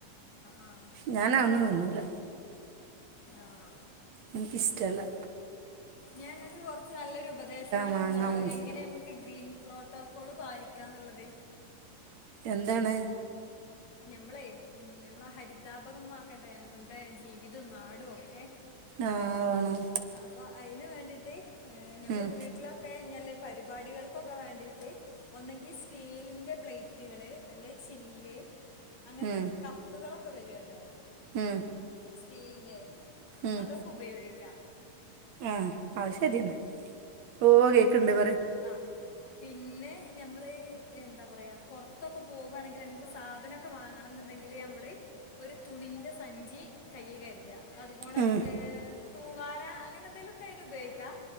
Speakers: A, on the left; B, on the right.
A: ആ ഞാൻ
B: ഞാനതൊന്നും തിന്നൂല
A: ആഹ്
B: എനിക്ക്ഷ്ടല്ല
A: ഞാനിങ്ങൾക്ക് കുറച്ച് നല്ലൊരു ഉപദേശങ്ങൾ <unintelligible>
B: മാങ്ങ ഒന്നും
A: എങ്ങനെ നമുക്ക് ഗ്രീൻ പ്രോട്ടോക്കോള് പാലിക്കാന്നുള്ളത്
B: എന്താണ്
A: ഞമ്മളെ ഉ ഞമ്മള് ഹരിതാപകമാക്കണ്ടേ നമ്മളുടെ ജീവിതവും നാടും ഒക്കെ
B: ആഹ് വേണം
A: അപ്പോൾ അതിന് വേണ്ടിയിട്ട് ഞമ്മൾ
B: ഉം
A: വീട്ടിലൊക്കെ <unintelligible> പരിപാടികൾക്കൊക്കെ വേണ്ടിട്ട് ഒന്നങ്കിൽ സ്റ്റീലിന്റെ പ്ലേറ്റുകള് അല്ലെ ചില്ല് അങ്ങനത്തെ
B: ഉം
A: കപ്പുകളൊക്കെ വരുവല്ലോ
B: ഉം
A: സ്റ്റീലിൻന്റെ
B: ഉം
A: അതൊക്കെ ഉപയോഗിക്കാം
B: ആഹ് ആശരിയാണ് ഓ കേക്കണ്ട് പറ
A: ആഹ് പിന്നെ ഞമ്മൾ എന്താ പറയാ പുറത്തൊക്കെ പോകുവാണെങ്കിൽ നമുക്ക് സാധനമൊക്കെ വാങ്ങണന്ന് എന്തെങ്കിൽ ഞമ്മള് ഒരു തുണിന്റെ സഞ്ചി കയ്യി കരുതുക അതുപോണെ
B: ഉം
A: ഏ തൂവാല അങ്ങനെ എന്തെങ്കലുമൊക്കെ അതിന് ഉപയോഗിക്കാം